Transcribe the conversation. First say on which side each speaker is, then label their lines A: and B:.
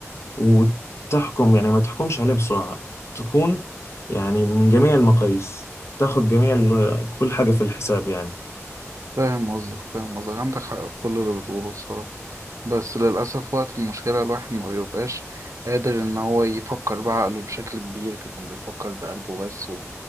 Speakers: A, on the left; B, on the right.
A: وتحكم يعني ما تحكمش عليه بسرعه تكون يعني من جميع المقاييس تاخد جميع ال- كل حاجه في الحساب يعني
B: فاهم قصدك فاهم قصدك عندك حق في كل اللي بتقوله الصراحة بس للاسف وقت المشكلة الواحد ما بيبقاش قادر ان هو يفكر بعقله بشكل كبير بيكون بيفكر بقلبه بس و...